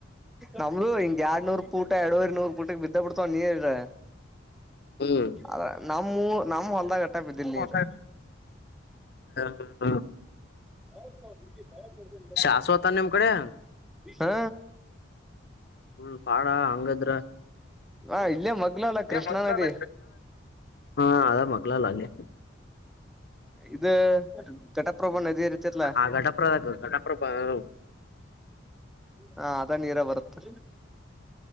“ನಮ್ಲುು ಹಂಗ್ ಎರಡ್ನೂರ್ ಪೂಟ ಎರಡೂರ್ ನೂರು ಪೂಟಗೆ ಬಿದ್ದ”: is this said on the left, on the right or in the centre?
Centre